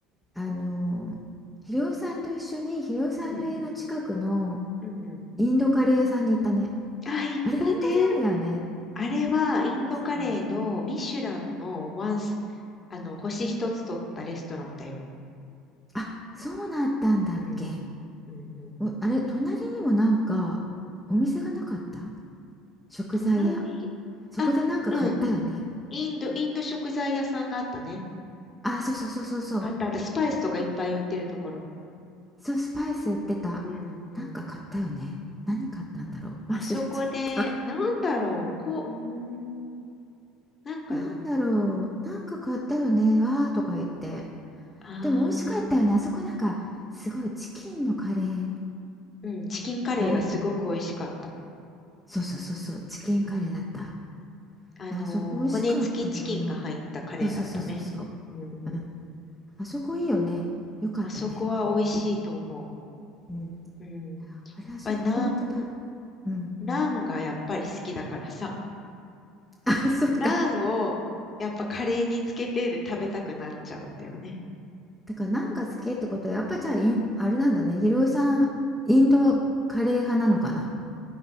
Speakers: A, in the centre; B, on the left.
A: あの、ひろおさんと一緒に、ひろおさんの家の近くの
B: うん。うんう
A: インドカレー屋さんに行ったね。
B: ん。あ、行ったね。
A: あれ、インド料理だよね。
B: あれは、インドカレーのミシュランのワンス、
A: レストランだよね。
B: あの、星一つ取ったレストランだよ。
A: あ、そうなったんだっけ。
B: うん。うんうん。
A: お、あれ、隣にもなんかお店がなかった食材屋。
B: 隣、
A: そこでなんか買ったよね。
B: あ、うん。インド、インド食材屋さんがあったね。
A: あ、そうそうそうそうそう。
B: あったあった。スパイスとかいっぱい売ってるところ。
A: そう、スパイス売ってた。
B: うんうん。
A: なんか買ったよね。何買ったんだろう。
B: あそこで、
A: 忘れちゃった。
B: なんだろう。こう、うーん。なんか、
A: なんだろう。なんか買ったよね。わーとか言って。
B: ああ、
A: でも美味しかったよね。あそこなんかすごいチキンのカレー
B: うん。チキンカレーがすごく美味しかった。
A: があって。そうそうそうそう。チキンカレーだった。
B: うん。あのー、
A: いや、あそこ美味しかったな。
B: 骨付きチキンが入ったカレーだったね。
A: そうそうそうそうそう。
B: うんうん。
A: うん。あそこいいよね。よかったね。
B: あそこは美味しいと思
A: うん、
B: う。うん。やっ
A: あれ、あそこ、
B: ぱり南
A: あれってば、うんうん。
B: ナンがやっぱり好きだからさ、
A: <laughs> あ、そっか。
B: ナンをやっぱカレーにつけてで食べたくなっちゃうんだよね。
A: だからなんか好きってことは、やっぱじゃあ、インあれなんだね。ひろゆさん、インドカレー派なのかな。